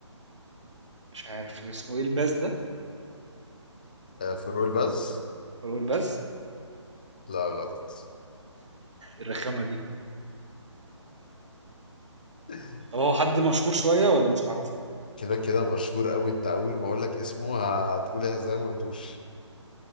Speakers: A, on the right; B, on the left.
A: مش عارف اسمه ايه الباز ده
B: آه، فاروق الباز
A: فاروق الباز
B: لا غلط
A: الرخامة دي
B: <laughs>
A: طب هو حد مشهور شوية ولا مش هعرفه
B: كده كده مشهور قوي انت اول ما اقول لك اسمه هتقول ايه زي ما قلتوش